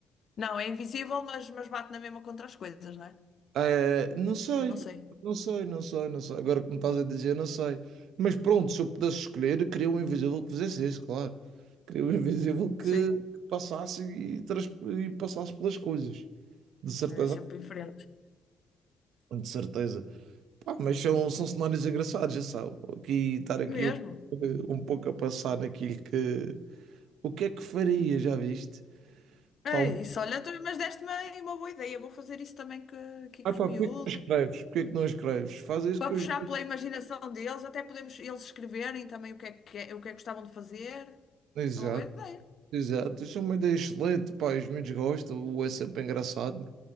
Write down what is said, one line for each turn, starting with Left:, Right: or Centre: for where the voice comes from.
Left: Não, é invisível, mas, mas bate na mesma contra as coisas, não é?
Right: Eh, não sei,
Left: Pois não sei.
Right: não sei, não sei, não sei. Agora que me estás a dizer, não sei. Mas pronto, se eu pudesse escolher, queria um invisível que fizesse isso, claro. Queria um invisível que
Left: Sim,
Right: que passasse e, trans- e passasse pelas coisas. De certeza,
Left: era sempre em frente.
Right: de certeza. Pá, mas são, são cenários engraçados, já sabe. Aqui, estar aqui
Left: Mesmo.
Right: um, um pouco a passar naquilo que. O que é que faria, já viste?
Left: É
Right: Pá, um...
Left: isso, olha, tu- mas deste-me aí uma boa ideia. Vou fazer isso também que, aqui
Right: Ah,
Left: com
Right: pá,
Left: os miúdos.
Right: porquê que não escreves? Porquê que não escreves? Faz isso
Left: Para
Right: que
Left: puxar
Right: os.
Left: pela imaginação deles, até podemos eles escreverem também o que é que, é- o que é que gostavam de fazer.
Right: Exato.
Left: É uma boa ideia.
Right: Exato, isso é uma ideia excelente, pá, os miúdos gostam, ou é sempre engraçado.